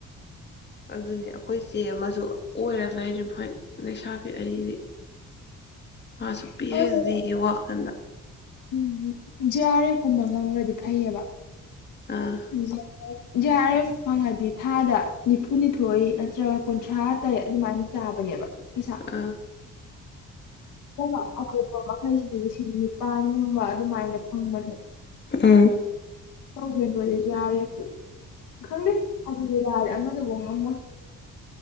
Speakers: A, on the left; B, on the left.
A: ꯑꯗꯨꯅꯤ ꯑꯩꯈꯣꯏ ꯏꯆꯦ ꯑꯃꯁꯨ ꯑꯣꯏꯔ ꯂꯩꯔꯤ ꯃꯈꯣꯏ ꯂꯩꯁꯥꯕꯤ ꯑꯔꯤꯕꯤ
B: <unintelligible>
A: ꯃꯥꯁꯨ ꯄꯤ
B: ꯑꯗꯨ
A: ꯍꯩꯆ ꯗꯤꯒꯤ ꯋꯥꯈꯜꯗ
B: ꯎꯝ ꯖꯦ ꯑꯥꯔ ꯑꯦꯐ ꯀꯨꯝꯕ ꯉꯪꯈ꯭ꯔꯗꯤ ꯐꯩꯌꯦꯕ
A: ꯑꯥ
B: ꯎꯝ ꯖꯦ ꯑꯥꯔ ꯑꯦꯐ ꯐꯪꯉꯗꯤ ꯊꯥꯗ ꯅꯤꯐꯨꯅꯤꯊꯣꯏ ꯅꯠꯇ꯭ꯔꯒ ꯀꯨꯟꯊ꯭ꯔꯥ ꯇꯔꯦꯠ ꯑꯗꯨꯃꯥꯏꯅ ꯆꯥꯕꯅꯦꯕ ꯄꯩꯁꯥ
A: ꯑꯥ
B: ꯅꯠꯇꯕ ꯑꯇꯣꯞꯄ ꯃꯈꯩꯁꯤꯗꯤ ꯂꯤꯁꯤꯡ ꯅꯤꯄꯥꯟꯒꯨꯝꯕ ꯑꯗꯨꯃꯥꯏꯅ ꯐꯪꯕꯅꯦꯅ
A: ꯎꯝ
B: ꯇꯧꯒꯦ ꯇꯧꯔꯗꯤ ꯖꯤ ꯑꯥꯔ ꯑꯦꯐ ꯇꯨ ꯈꯪꯗꯦ ꯑꯗꯨꯗꯤ ꯂꯥꯏꯔꯗ ꯑꯃꯗꯨ ꯉꯝꯃꯣꯏ